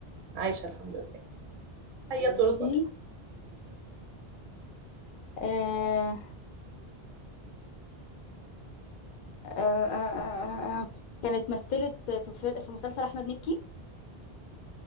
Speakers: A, on the right; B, on the left.
A: عايشة الحمد لله هيا
B: ماشي
A: ترزق
B: آه آه آه آه آه، آه. كانت مثلت في في في مسلسل أحمد مكي